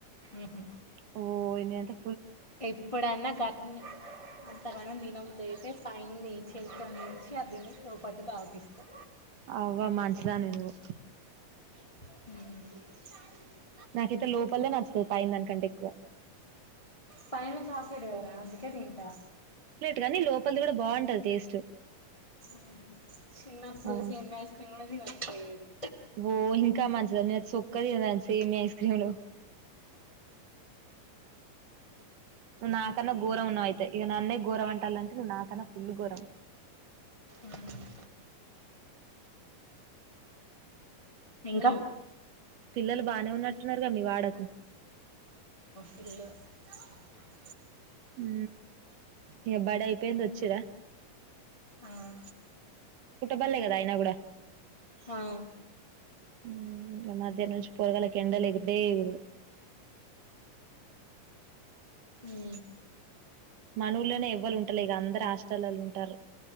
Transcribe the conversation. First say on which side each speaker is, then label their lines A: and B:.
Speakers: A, on the left; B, on the right.
A: ఉహు.
B: ఓ నేనయితే
A: ఎప్పుడన్నా గట్న అంతగాన తినబుద్ధైతే పైన్ నీ చేతులో నుంచి అదిని లో పడింది బావకిస్తా
B: అవ్వ మంచి దానివి నువ్వు
A: ఉహు
B: నాకైతే లోపలిదే నచ్చుతుంది పైన దానికంటే ఎక్కువ
A: పైన కాసేదే కదరా అందుకే తింటా
B: కానీ లోపలిది కూడా బాగుంటది టేస్ట్
A: హు చిన్నప్పుడు
B: ఆ
A: సేమ్యా ఐస్ క్రీమ్ కూడా తినకపోయేది
B: ఓ ఇంకా మంచి దానివి నేనయితే సొక్క తినేదాన్ని సేమియా ఐస్ క్రీమ్లు నాకన్నా గోరం న్నో అయితే ఇగ నన్నే గోరం అంటాలంటే నువ్వు నాకన్నా ఫుల్ గోరం
A: ఉమ్. ఇంకా
B: పిల్లలు బానే ఉన్నట్టున్నారు గా మీ వాడకు
A: పి ల <inaudible>
B: హు ఇగ బడి అయిపోయింది వచ్చరా
A: ఆహా
B: బళ్ళే కదా అయినా కూడా
A: ఆ
B: హు ఇగా మధ్యాహ్నం నుంచి పోరగాళ్లు ఎండల ఎగురుడే ఎగురుడు
A: హు
B: మన ఊర్లనే ఎవ్వలు ఉంటాలే ఇగా అందరు హాస్టల్లో ఉంటారు